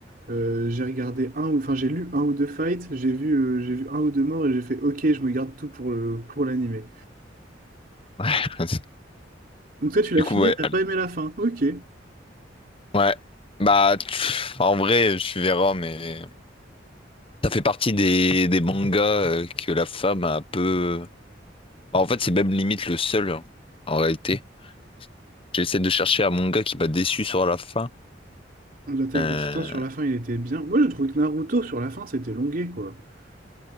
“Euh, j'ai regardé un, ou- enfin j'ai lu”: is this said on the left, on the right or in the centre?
Right